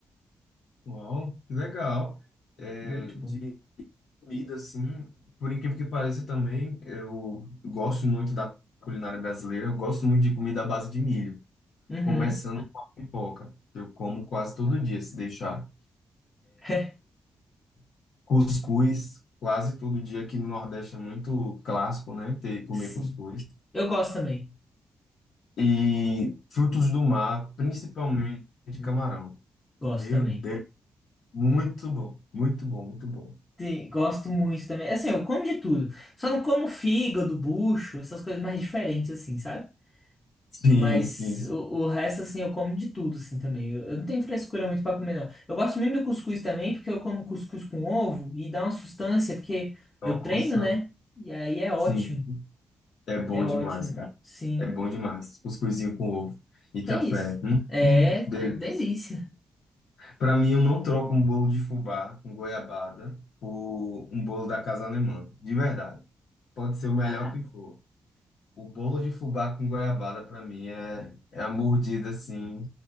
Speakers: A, on the left; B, on the left.
A: Uau, que legal. É,
B: Muito
A: de
B: bom.
A: Comida, assim, por incrível que pareça também, eu gosto muito da culinária brasileira, eu gosto muito de comida à base de milho,
B: Uhum.
A: começando com a pipoca. Eu como quase todo dia, se deixar.
B: <laughs>
A: Cuscuz, quase todo dia aqui no Nordeste é muito clássico, né? Ter, comer
B: Sim.
A: cuscuz.
B: Eu gosto também.
A: E frutos do mar, principalmente
B: Uhum.
A: camarão.
B: Gosto
A: Meu
B: também.
A: Deus, muito bom, muito bom, muito bom.
B: Te- Gosto muito também. Assim, eu como de tudo. Só não como fígado, bucho, essas coisas mais diferentes, assim, sabe?
A: Sim,
B: Mas
A: sim. sim.
B: o, o resto, assim, eu como de tudo, assim, também. Eu, eu não tenho frescura muito pra comer, não. Eu gosto muito do cuscuz também, porque eu como cuscuz com ovo e dá uma sustância, porque
A: Nossa,
B: eu treino, né? E aí é ótimo.
A: sim, é bom
B: É
A: demais,
B: ótimo,
A: cara.
B: sim.
A: É bom demais. Cuscuzinho com ovo e
B: Que
A: café.
B: é isso?
A: Hum,
B: É
A: delícia.
B: delícia.
A: Para mim, eu não troco um bolo de fubá com goiabada por um bolo da Casa Alemã. De verdade. Pode ser o melhor que <laughs> for. O bolo de fubá com goiabada, para mim, é, é a mordida, assim,